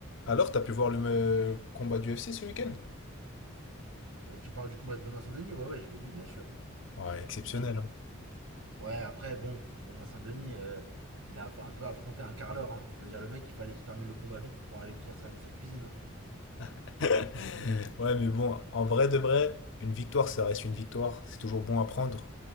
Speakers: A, on the left; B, on the right.
A: Alors, t'as pu voir le euh, combat du UFC ce week-end?
B: Euh, tu parles du combat de Benoît Saint-Denis Ouais, ouais, je l'ai vu, bien sûr.
A: Ouais, exceptionnel.
B: Bien sûr.
A: hein.
B: Ouais, après, bon, Benoît Saint-Denis, euh, il a un peu affronté un carleur. Hein. Je veux dire, le mec, il fallait qu'il termine le combat vite pour pouvoir aller finir sa, sa cuisine. Hein.
A: <laughs> Ouais, mais bon, en vrai de vrai, une victoire, ça reste une victoire. C'est toujours bon à prendre.